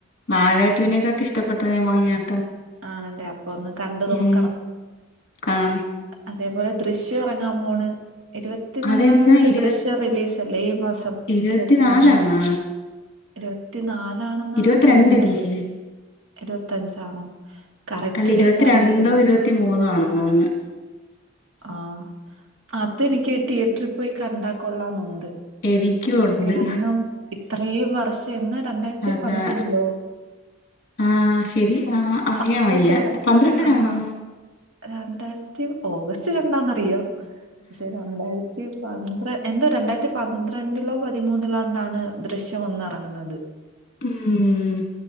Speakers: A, on the left; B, on the right.
A: വാഴ റ്റുവിനെക്കാട്ടി ഇഷ്ടപ്പെട്ടത് <unintelligible>
B: ആണല്ലേ അപ്പൊ ഒന്ന് കണ്ട് നോക്കണം
A: ഉം കാണും
B: അതേപോലെ ദൃശ്യം ഇറങ്ങാൻ പോണ് ഇരുപത്തിനാലാംത്തിയങ്ങാണ്ട്
A: അതെന്നാ ഇരുപ
B: ദൃശ്യം റിലീസ് അല്ലേ ഈ മാസം
A: ഇരുപത്തിനാലാണാ
B: ഇരുപത്തിനാലിന് ഇരുപത്തി നാല ണെന്നാണ്
A: ഇരുപത്തിരണ്ടല്ലേ
B: തോന്നുന്നത് ഇരുപത്തഞ്ചാണോ കറക്റ്റ്
A: അല്ല ഇരുപത്തിരണ്ടോ
B: ഡേറ്റ് അറിയത്തില്ല
A: ഇരുപത്തി മൂന്നോ ആണെന്ന് തോന്ന്
B: ആഹ് അത് എനിക്ക് തിയറ്ററി പോയി കണ്ടാ കൊള്ളാംന്നുണ്ട്
A: എനിക്കും ഉണ്ട്
B: കാരണം ഇത്രയും വർഷം എന്നാ രണ്ടായിരത്തി
A: അതാ
B: പന്ത്രണ്ടിലോ
A: ആ ശരി ആ അറിയാൻ
B: അപ്പൊത്തൊടെ
A: വയ്യ പന്ത്രണ്ടിനാണ്
B: ആണോ രണ്ടായിരത്തി ഓഗസ്റ്റ് രണ്ടാന്ന്റിയോ പക്ഷെ രണ്ടായിരത്തി പന്ത്ര എന്തു രണ്ടായിരത്തി പന്ത്രണ്ടിലോ പതിമൂന്നിലോണ്ടാണ് ദൃശ്യം ഒന്നെറങ്ങുന്നത്.
A: ഉം